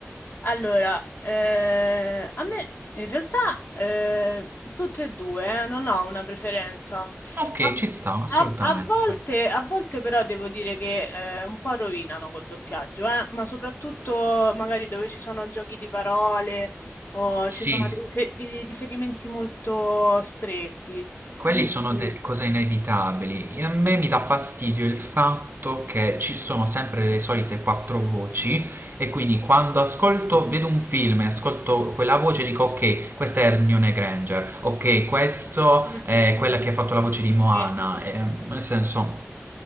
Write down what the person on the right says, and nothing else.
Ok,
ci sta, assolutamente.
Sì.
Quelli
sono
de- cose inevitabili. E A me mi dà fastidio il fatto che ci sono sempre le solite quattro voci e quindi quando ascolto, vedo un film e ascolto quella voce dico ok, questa è Hermione Granger, ok, questo
è
quella che ha fatto la voce di Moana.
Ehm, nel senso,